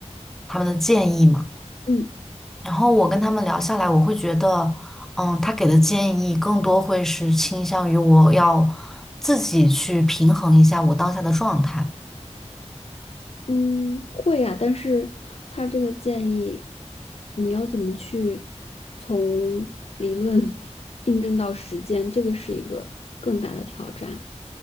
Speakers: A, in the centre; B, on the left.
A: 他们的建议嘛。
B: 嗯
A: 然后我跟他们聊下来，我会觉得，嗯，他给的建议更多会是倾向于我要自己去平衡一下我当下的状态。
B: 嗯，会啊，但是他这个建议，你要怎么去从理论 <laughs> 印证到实践，这个是一个更大的挑战。